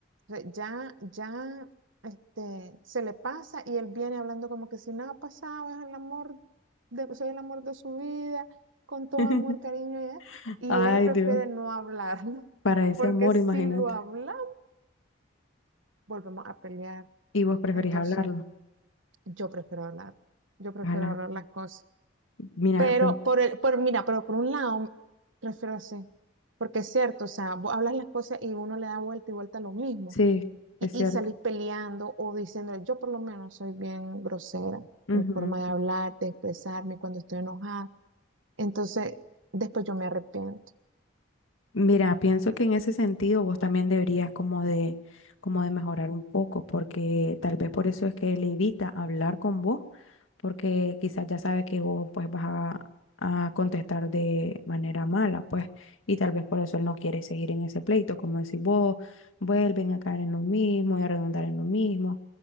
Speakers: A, on the right; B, on the left.
A: O sea, ya, ya este, se le pasa y él viene hablando como que si nada ha pasado, es el amor de, soy el amor de su vida, con todo
B: <laughs>
A: amor, cariño, y,
B: Ay,
A: y él prefiere
B: Dios,
A: no hablarlo,
B: para
A: <laughs>
B: ese
A: porque
B: amor,
A: si
B: imagínate.
A: lo hablamos, volvemos a pelear.
B: Y vos preferís
A: Entonces,
B: hablarlo.
A: yo prefiero hablar, yo prefiero
B: Ojalá.
A: hablar las cosas.
B: Mira,
A: Pero
B: pues,
A: por el, por, mira, pero por un lado, prefiero así, porque es cierto, o sea, vos hablas las cosas y uno le da vuelta y vuelta a lo mismo.
B: sí,
A: y,
B: es
A: y
B: cierto.
A: salís peleando o diciendo, yo por lo menos soy bien grosera,
B: Ujú,
A: mi forma de hablar, de expresarme cuando estoy enojada. Entonces, después yo me arrepiento. O sea,
B: Mira, pienso que en ese sentido vos también deberías como de, como de mejorar un poco, porque tal vez por eso es que él evita hablar con vos, porque quizás ya sabe que vos pues vas a, a contestar de manera mala, pues, y tal vez por eso él no quiere seguir en ese pleito, como decir vos, vuelven a caer en lo mismo y a redundar en lo mismo.